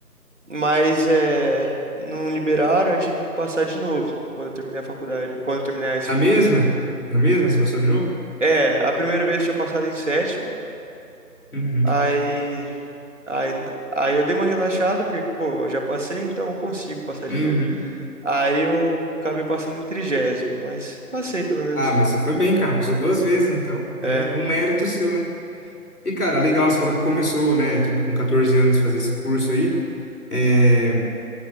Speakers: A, on the right; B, on the left.
A: Mas é, não liberaram, eu tive que passar de novo quando eu terminei a faculdade, quando eu terminei a escola.
B: Na mesma? Na mesma? Você passou de novo?
A: É, a primeira vez eu tinha passado em sétimo,
B: Uhum.
A: aí, aí, aí eu dei uma relaxada, porque, pô, eu já passei, então eu consigo passar
B: Uhum.
A: de novo. Aí eu acabei passando em trigésimo, mas passei pelo menos.
B: Ah, mas você foi bem, cara. Passou duas vezes, então. né?
A: É,
B: É um mérito seu, né? E, cara, legal, você falou que começou, né? Tipo, com 14 anos fazer esse curso aí. É,